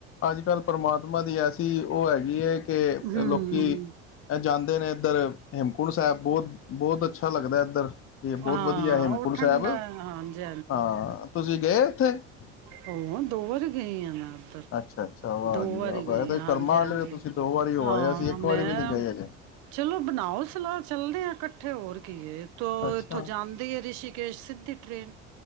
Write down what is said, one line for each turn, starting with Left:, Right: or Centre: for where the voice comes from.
Left: ਅੱਜ ਕੱਲ੍ਹ ਪਰਮਾਤਮਾ ਦੀ ਐਸੀ ਉਹ ਹੈਗੀ ਹੈ। ਕੇ
Right: ਹੂੰ।
Left: ਲੋਕੀ ਜਾਂਦੇ ਨੇ ਇੱਧਰ ਹੇਮਕੁੰਟ ਸਾਹਿਬ ਬਹੁਤ ਅੱਛਾ ਐ ਧਰ ਇਹ ਬਹੁਤ
Right: ਹਾਂ
Left: ਵਧੀਆ ਹੇਮਕੁੰਟ
Right: ਉਹ ਠੰਡਾ
Left: ਸਾਹਿਬ,
Right: ਹਾਂਜੀ
Left: ਹਾਂ ਤੁਸੀਂ ਗਏ ਅੱਠਰ <inaudible>
Right: ਹਾਂ, ਦੋ ਵਾਰੀ ਗਈ ਹਾਂ, ਮੈਂ ਉੱਧਰ
Left: ਅੱਛਾ ਅੱਛਾ ਵਾਹ
Right: ਦੋ
Left: ਜੀ
Right: ਵਾਰੀ
Left: ਵਾਹ ਵੈਸੇ
Right: ਗਈ
Left: ਤੇ
Right: ਹ ਹਾਂਜੀ
Left: ਕਰਮਾਂ
Right: ਹਾਂਜੀ
Left: ਵਾਲੇ ਹੋ ਤੁਸੀਂ ਦੋ ਵਾਰੀ ਹੋ
Right: ਹਾਂ
Left: ਆਏ ਅਸੀਂ ਇੱਕ
Right: ਮੈਂ,
Left: ਵਾਰੀ ਵੀ ਨਹੀਂ ਗਏ ਹਜੇ
Right: ਚਲੋ ਬਣਾਓ ਸਲਾਹ ਚੱਲਦੇ ਆ। ਇੱਥੇ ਹੋਰ ਕੀ ਹੈ। ਤੋ
Left: ਅੱਛਾ
Right: ਇੱਥੋਂ ਜਾਂਦੀ ਹੈ, ਰਿਸ਼ੀਕੇਸ਼ ਸਿੱਧੀ ਟਰੇੇਨ